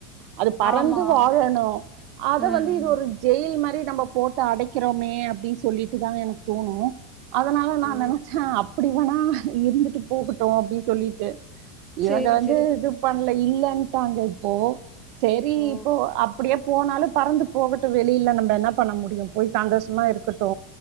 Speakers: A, on the right (about 50°); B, in the centre.
A: அது பறந்து
B: ஆமா,
A: வாழணு
B: ஆமா.
A: அத
B: ம்,
A: வந்து இது
B: ம்.
A: ஒரு ஜெயில் மாரி நம்ம போட்டு அடைக்கிறோமே அப்டின்னு சொல்லிட்டு தாங்க எனக்கு தோணு அதனால நா
B: ஓ!
A: நெனச்சே அப்டி வேணா இருந்துட்டு போகட்டு அப்டின்னு சொல்லிட்டு இவங்க
B: சரி,
A: வந்து
B: சரி, சரி.
A: இது பண்ணல இல்லன்ட்டாங்க இப்போ செரி
B: ஓ!
A: இப்போ அப்டியே போனாலு பறந்து போகட்டு வெளியில நம்ம என்ன பண்ண முடியு போய் சந்தோஷமா
B: ஆ
A: இருக்கட்டு